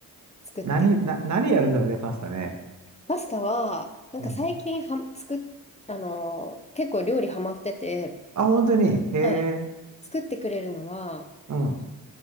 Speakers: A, on the left; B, on the right.
A: 作ってくれて。
B: 何、な、何やるんだろうね、パスタね。
A: パスタは、なんか最近は、
B: うん。
A: 作っ、あのー結構料理ハマってて、
B: あ、本当に。へえ。
A: はい。作ってくれるのは、
B: うん。
A: あの